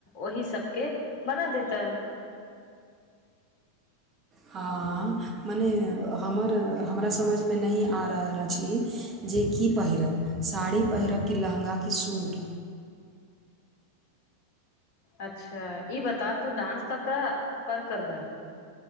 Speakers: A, on the left; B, on the right.
A: ओहि सबके बना देता
B: हाँ मने हमर हमरा समझमे नहि आ रहल अछि जे की पहिरब साड़ी पहिरब की लहँगा की सूट
A: अच्छा ई बता तू डान्स ककरा पर करबै